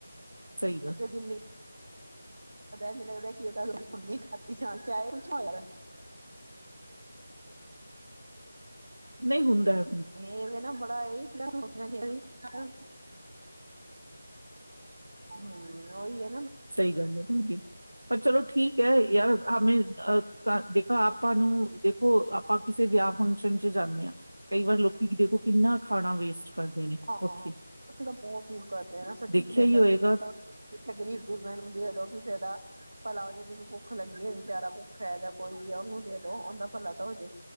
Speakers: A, on the right; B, on the right.
A: ਸਹੀ ਗੱਲ
B: ਅੱਧੇ ਦਿਨ ਲਈ ਨੀ ਲੱਗਦਾ ਕੀ ਇਸਦਾ ਜਦੋਂ ਹੂੰਦੀ, ਆ ਕੁਛ ਨਾ ਹੋਏ ਯਾਰ
A: ਨਹੀਂ ਹੁੰਦੈ।
B: ਇਹ ਵੇ ਨਾ, ਬੜਾ ਇਹ ਵੀ ਸੋਚਣਾ ਚਾਹੀਦਾ ਹੂੰ, ਉਹੀ ਐ।
A: ਸਹੀ ਗੱਲ ਹੈ ਤੁਹਾਡੀ ਪਰ ਚਲੋ, ਠੀਕ ਹੈ ਯਾਰ ਹਾ ਆ ਦੇਖੋ ਆਪਾ ਨੂੰ, ਦੇਖੋ ਆਪਾ ਕਿਸੇ ਵਿਆਹ- ਫੰਕਸ਼ਨ'ਚ ਜਾਂਨੇ ਆ, ਕਈ ਵਾਰ ਲੋਕੀ ਦੇਖੋ ਕਿੰਨਾ ਖਾਣਾ ਵੇਸਟ
B: ਹਾਂ।
A: ਕਰਦੇ ਨੇ
B: ਹਾ।
A: ਉੱਥੇ
B: ਉੱਥੇ ਤਾਂ ਬਹੁਤ ਹੀ ਕਰਦੇ ਨਾ ਸੱਚੀ
A: ਦੇਖਿਆ
B: ਪਲੇਟਾਂ
A: ਹੀ ਹੋਏਗਾ
B: ਦੀਆ, ਪਲੇਟਾਂ ਗਰੀਬ ਮੈਨੂੰ ਦੇਦੋ ਕਿਸੇ ਦਾ ਭਲਾ ਹੋ ਜਾਏ ਜਿਹਨੂੰ ਭੁੱਖ ਲੱਗੀ ਹੈ ਵਿਚਾਰਾ ਭੁੱਖ ਹੈ ਜਾਂ ਕੋਈ ਹੈ ਉਹਨੂੰ ਦੇ ਦੋ ਉਹਦਾ ਭਲਾ ਤਾਂ ਹੋ ਜਾਏ